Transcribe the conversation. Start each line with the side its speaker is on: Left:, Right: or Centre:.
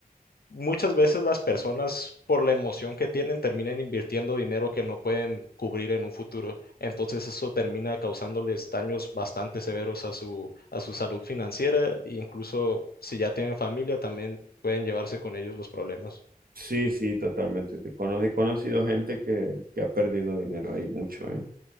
Left: muchas veces las personas, por la emoción que tienen, terminan invirtiendo dinero que no pueden cubrir en un futuro. Entonces eso termina causándoles daños bastante severos a su, a su salud financiera e incluso si ya tienen familia, también pueden llevarse con ellos los problemas.
Right: Sí, sí, totalmente. Te cono- He conocido gente que, que ha perdido dinero ahí mucho, ¿eh?